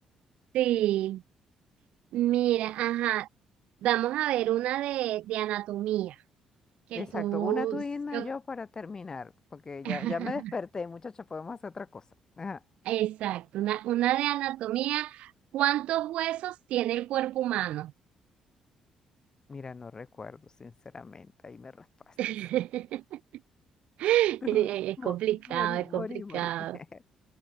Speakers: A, on the right; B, on the left.
A: sí, mira, ajá, vamos a ver una de, de anatomía, que
B: Exacto,
A: tú,
B: una tú y una
A: yo-
B: yo para terminar, porque
A: <laughs>
B: ya, ya me desperté, muchacha, podemos hacer otra cosa. Ajá.
A: exacto, una, una de anatomía, ¿cuántos huesos tiene el cuerpo humano?
B: Mira, no recuerdo, sinceramente, ahí me raspaste.
A: <laughs> <laughs>
B: <laughs>
A: Es
B: Mo-
A: complicado,
B: Morí,
A: es
B: morí,
A: complicado.
B: morí. <laughs>